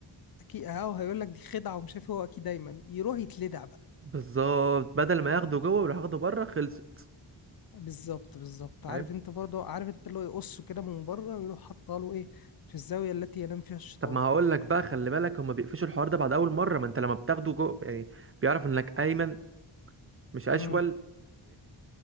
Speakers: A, on the left; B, on the right.
A: اكيد اهو هيقول لك دي خدعه ومش عارف إيه، هو اكيد دايما يروح يتلدع بقى
B: بالظبط بدل ما ياخده جوه ويروح ياخده بره خلصت
A: بالظبط بالظبط عارف
B: فاهم
A: انت برضه عارف انت اللي هو يقصه كده من بره ويروح حاطه له ايه في الزاويه التي ينام فيها الشيطان
B: طب ما هقول لك بقى خلي بالك هما بيقفشوا الحوار ده بعد اول مرة ما انت لما بتاخده جوه يعني بيعرف انك ايمن مش اشول
A: امم